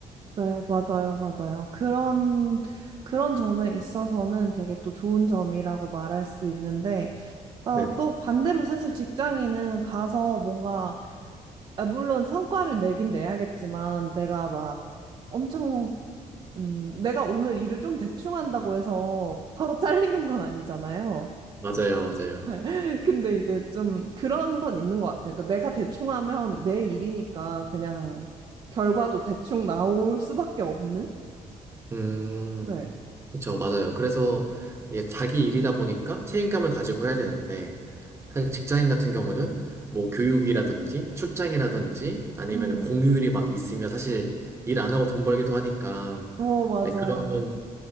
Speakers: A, on the right (about 35°); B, on the right (about 20°).
A: 네, 맞아요, 맞아요. 그런, 그런 점에 있어서는 되게 또 좋은 점이라고 말할 수 있는데, 아,
B: 네네.
A: 또 반대로 사실 직장인은 가서 뭔가 아, 물론 성과를 내긴 내야겠지만 내가 막 엄청 음, 내가 오늘 일을 좀 대충 한다고 해서 바로 <laughs> 잘리는 건 아니잖아요.
B: 맞아요, 맞아요.
A: <laughs> 근데 이제 좀 그런 건 있는 것 같아요. 그러니까 내가 대충 하면 내 일이니까 그냥 결과도 대충 나올 수밖에 없는?
B: 음,
A: 네.
B: 그쵸, 맞아요. 그래서 이게 자기 일이다 보니까 책임감을 가지고 해야 되는데, 사실 직장인 같은 경우는 뭐 교육이라든지 출장이라든지 아니면
A: 음,
B: 공휴일이 막 있으면 사실 일 안 하고 돈 벌기도 하니까,
A: 어, 맞아요.
B: 네, 그러면